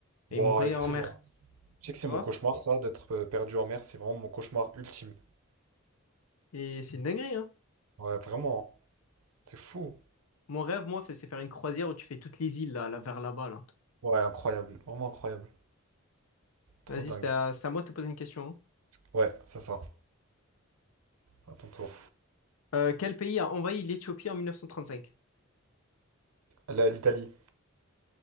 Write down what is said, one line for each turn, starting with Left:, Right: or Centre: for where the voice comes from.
Left: et
Right: Wow,
Left: ils mouraient
Right: effrayant.
Left: en mer.
Right: Tu sais que c'est
Left: Tu
Right: mon
Left: vois?
Right: cauchemar, ça, d'être euh, perdu en mer, c'est vraiment mon cauchemar ultime.
Left: Et c'est une dinguerie, hein.
Right: Ouais, vraiment. hein. C'est fou.
Left: Mon rêve, moi, c'est c'est faire une croisière où tu fais toutes les îles là, là, vers là-bas, là.
Right: Ouais, incroyable. Vraiment incroyable. Trop
Left: Vas-y,
Right: dingue.
Left: c'est à, c'est à moi de te poser une question. hein.
Right: Ouais, c'est ça. À ton tour.
Left: Euh, quel pays a envahi l'Éthiopie en 1935?
Right: La- L'Italie.